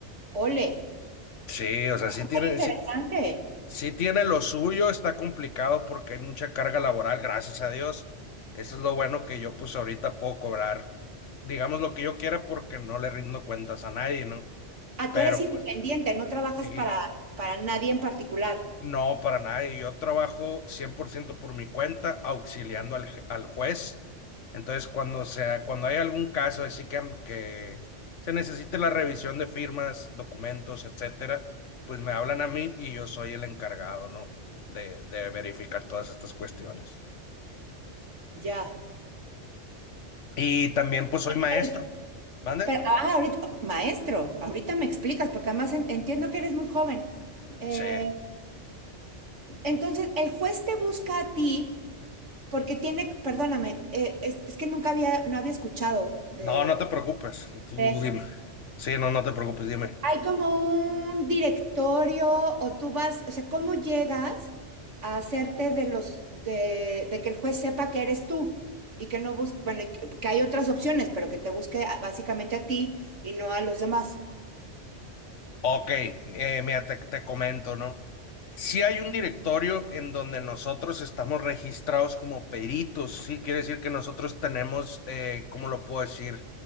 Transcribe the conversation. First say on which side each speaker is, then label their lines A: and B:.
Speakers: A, on the right; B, on the left.
A: ole,
B: Sí, o sea, sí
A: súper
B: tiene,
A: interesante.
B: sí, sí tiene lo suyo, está complicado porque hay mucha carga laboral, gracias a Dios. Eso es lo bueno que yo pues ahorita puedo cobrar, digamos lo que yo quiera porque no le rindo cuentas a nadie, ¿no?
A: Ah,
B: Pero
A: tú eres independiente,
B: pues
A: no trabajas
B: sí.
A: para, para nadie en particular.
B: No, para nada. y Yo trabajo 100% por ciento por mi cuenta, auxiliando al, al juez. Entonces, cuando sea, cuando hay algún caso así que, que se necesite la revisión de firmas, documentos, etcétera, pues me hablan a mí y yo soy el encargado, ¿no? De, de verificar todas estas cuestiones.
A: Ya.
B: Y también, pues, soy maestro.
A: Pero-
B: ¿Mande?
A: Pero, ah, ahorita, maestro, ahorita me explicas, porque además en- entiendo que eres muy joven. Eh,
B: Sí.
A: entonces, el juez te busca a ti porque tiene, perdóname, eh, es, es que nunca había, no había escuchado de,
B: No, no te preocupes. Tú
A: de eso.
B: dime. Sí, no, no te preocupes, dime.
A: Hay como un directorio o tú vas, o sea, ¿cómo llegas a hacerte de los de, de que el juez sepa que eres tú y que no busque, bueno, y que que hay otras opciones, pero que te busque a- básicamente a ti y no a los demás?
B: Ok, eh, mira, te, te comento, ¿no? Sí hay un directorio en donde nosotros estamos registrados como peritos, sí, quiere decir que nosotros tenemos, eh, ¿cómo lo puedo decir?